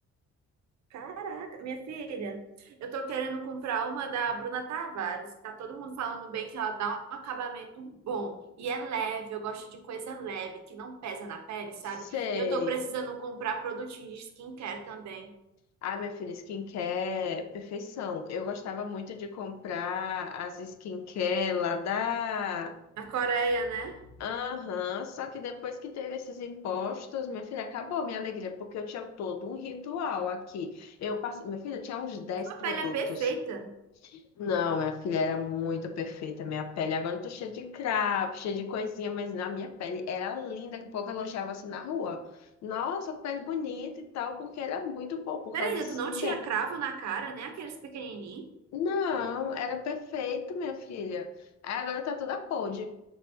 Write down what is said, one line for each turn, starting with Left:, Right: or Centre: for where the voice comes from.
Right: Caraca, minha filha, eu tô querendo comprar uma da Bruna Tavares. Tá todo mundo falando bem que ela dá um acabamento bom e é leve. Eu gosto de coisa leve, que não pesa na pele, sabe?
Left: Sei.
Right: E eu tô precisando comprar produtinho de skincare também.
Left: Ah, minha filha, skincare, perfeição. Eu gostava muito de comprar as skincare lá da
Right: Na Coreia, né?
Left: Aham, só que depois que teve esses impostos, minha filha, acabou minha alegria, porque eu tinha todo um ritual aqui. Eu passe... Minha filha, eu tinha uns 10
Right: Sua
Left: produtos.
Right: pele é perfeita.
Left: Não, minha filha, era muito perfeita minha pele. Agora eu tô cheia de cravo, cheia de coisinha, mas na minha pele era linda, que o povo elogiava assim na rua. Nossa, que pele bonita e tal, porque era muito bom por
Right: Peraí,
Left: causa dessa
Right: tu
Left: skincare.
Right: não tinha cravo na cara, né? Aqueles pequenininhos?
Left: Não, era perfeito, minha filha. Aí Agora tá toda podre,